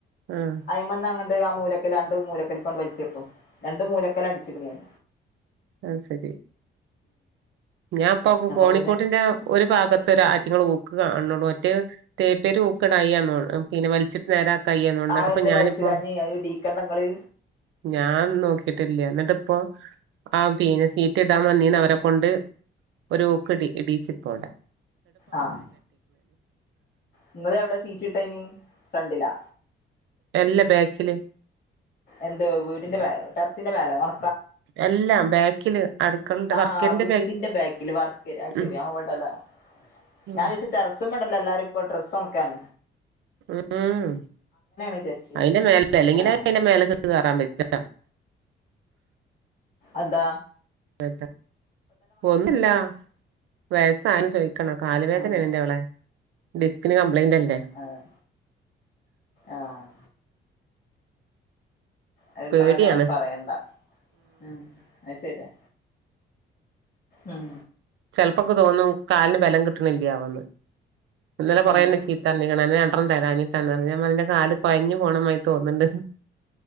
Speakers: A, on the right (about 75°); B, on the left (about 50°).
A: ആഹ്
B: അയിമ രണ്ട് ആ മൂലക്കല് രണ്ട് മൂലക്കല് കൊണ്ട് വലിച്ചട്ടും രണ്ട് മൂലക്കല്അടിച്ചിക്കപണ് ഞാൻ
A: അഹ് ശരി ഞാൻ ഇപ്പൊ
B: അപ്പൊ
A: കോണിക്കോട്ടിന്റെ
B: പിന്നെ
A: ഒരു ഭാഗത്ത് ഒരു ആറ്റിങ്ങൾ ഊക്കുകാണ ഒറ്റേ തേപ്പേര് ഊക്ക് ടായിരുന്നു പിന്നെ വലിച്ചിട്ട് നേരാ കായിന്നു എന്നിട്ടിപ്പോ
B: ആ എന്താ
A: ഞാനിപ്പോ
B: വലിച്ചിടാഞ്ഞ് അത് ഇടീക്കണ്ട ഇങ്ങള്
A: ഞാൻ നോക്കിട്ടില്ല എന്നിട്ടിപ്പോ ആ പിന്നെ ഇടാൻവന്നിനി അവരെ കൊണ്ട് ഒരു ഓക്ക്‌ടിഇടീച്ചി പ്പവിടെ
B: ആഹ് നിങ്ങൾ എവിടെ സീറ്റ് ഇട്ടനി ഫ്രണ്ടിലാ
A: എല്ല ബാക്കില്
B: എന്ത് വീടിന്റെ ടെറസിന്റെ മേലെ ഉണ
A: എല്ലാം ബാക്കില് അടുക്കളന്റെ
B: ആ
A: വർക്കേരിന്റെ
B: വീടിന്റെ ബാക്കില് വർക്ക്ഏരിയ അഹ് ശരിയാ
A: ഉം
B: അവിടെ ലെ.
A: ഉം
B: ഞാൻ വിച് ഡെറസിമ്മെ ണ്ടല്ലോ എല്ലാരും ഇപ്പൊ ഡ്രസ്സ് ഒൺ ക്കാൻ
A: ഉം
B: വിചാരിച്ചത്
A: അയിന്റെ മേല അല്ലെങ്കിലെ
B: ആഹ്
A: അയിന്റെ മേലക്ക് കേയറാൻ വെജ്ജ
B: അതാ
A: പെത്ത ഒന്ന്ല്ല വയസ്സായൊൻ ചോയിക്കണ് കാൽ വേദനണന്റെ
B: ആഹ്
A: വളെ ഡിസ്കിനു കം ബ്ലൈൻഡ് അല്ലെ
B: ആഹ് ആഹ് അഹ്
A: പേടിയാണ്
B: ണ്ടാണ കാര്യം പറയണ്ട ഉം അഹ് ശരിയാ ഉം
A: ചെൽപ്പൊക്കെ തോന്നു കാൽന് ബലം കിട്ട്ണില്ലാവോന്ന് ഇന്നലെ കൊറെ
B: ആഹ്
A: ഇന്നെ ചീത്ത ർഞ്ഞിക്ക്ണ് അന്നെ ഞാ ത്രം തരാഞ്ഞിട്ടാന്നെർഞ് ഞാം പർഞ് ഇന്റെ കാല് കൊഴഞ്ഞു പോണമായി തോന്ന്ണ്ട്